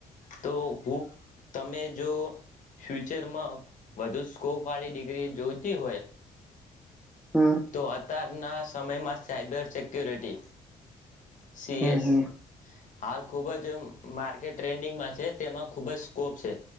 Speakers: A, on the left; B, in the centre.
A: તો હું તમે જો ફ્યુચરમાં વધુ સ્કોપ વાળી ડિગ્રી જોઈતી હોય.
B: હમ
A: તો અ હતા ના સમયમાં સાયબર સિક્ય્યોરિટી. સી
B: હમ
A: એસ.
B: હમ
A: હાલ ખૂબ જ માર્કેટ ટ્રેન્ડિંગમાં છે તેમાં ખૂબ જ સ્કોપ છે,